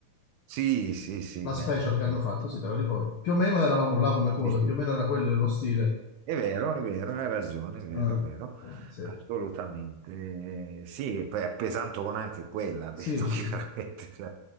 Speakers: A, on the right; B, on the left.
A: Sì, sì, sì,
B: La
A: bella,
B: special che
A: sì.
B: hanno fatto, sì, te la ricordo. Più o meno eravamo là come coda,
A: Sì, sì.
B: più o meno era quello lo stile.
A: È vero, è vero, hai ragione, è vero,
B: Ah,
A: è vero,
B: Sì,
A: assolutamente. Eh, Sì, e poi è pesantona anche quella, ha
B: sì.
A: detto <laughs> chiaramente,
B: sì.
A: la